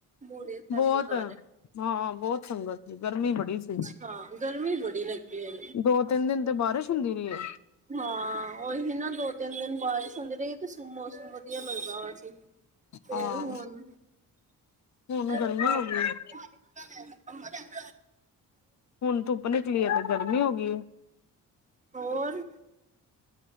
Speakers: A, on the right; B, on the left.
A: ਬੂੜੀਆ ਸਾਹਿਬ
B: ਬੋਤ
A: ਗੁਰਦੁਆਰੇ
B: ਹਾਂ ਬੋਤ ਸੰਗਤ ਗਰਮੀ ਬੜੀ ਸੀ।
A: ਹਾਂ ਗਰਮੀ ਬੜੀ ਲੱਗੀ ਐ।
B: ਦੋ ਤਿੰਨ ਦਿਨ ਤੇ ਬਾਰਿਸ਼ ਹੁੰਦੀ ਰਈ ਏ।
A: ਹਾਂ ਉਹੀ ਤੇ ਨਾ ਦੋ ਤਿੰਨ ਦਿਨ ਬਾਰਿਸ਼ ਹੁੰਦੀ ਰਈ ਹੈ ਤੇ ਸਗੋ ਮੌਸਮ ਵਧੀਆ ਲੱਗਦਾ ਹੋਇਆ ਸੀ। ਫਿਰ
B: ਹਾਂ
A: ਹੁਣ
B: ਹੁਣ
A: ਏਦਾ
B: ਗਰਮੀ ਹੋ ਗਈ
A: ਹੁੰਦਾ <inaudible>
B: ਹੁਣ ਧੁੱਪ ਨਿਕਲੀ ਆ ਤੇ ਗਰਮੀ ਹੋ ਗਈ ਏ।
A: ਹੋਰ